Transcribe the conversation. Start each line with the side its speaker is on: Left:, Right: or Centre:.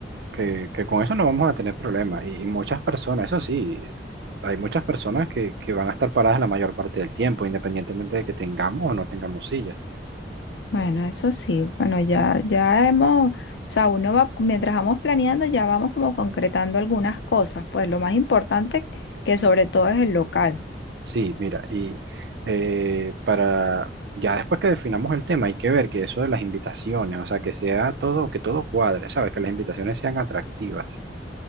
Right: que, que con eso no vamos a tener problemas. Y, y muchas personas, eso sí, hay muchas personas que, que van a estar paradas la mayor parte del tiempo, independientemente de que tengamos o no tengamos sillas.
Left: Bueno, eso sí, bueno, ya, ya hemos, o sea, uno va, mientras vamos planeando, ya vamos como concretando algunas cosas, pues lo más importante que sobre todo es el local,
Right: Sí, mira, y eh, para ya después que definamos el tema, hay que ver que eso de las invitaciones, o sea, que sea todo, que todo cuadre, ¿sabes? Que las invitaciones sean atractivas.